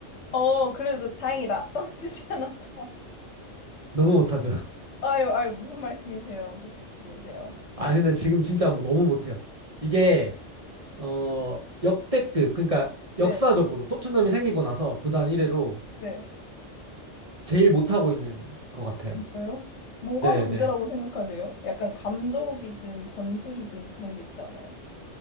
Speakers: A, on the left; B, on the right.
A: 어 그래도 다행이다 <laughs> 떨어지지 않았다.
B: 너무 못하죠. <laughs>
A: 아유 아유 무슨 말씀이세요? 무슨 말씀이세요?
B: 아,
A: 아,
B: 근데 지금 진짜 뭐 너무 못해요. 이게, 어, 역대급, 그러니까
A: 네,
B: 역사적으로 토트넘이 생기고 나서 구단 1회로
A: 네.
B: 제일 못하고 있는 것 같아요.
A: 진짜요? 뭐가
B: 네,
A: 문제라고
B: 네.
A: 생각하세요? 약간 감독이든 전술이든 그런 게 있잖아요.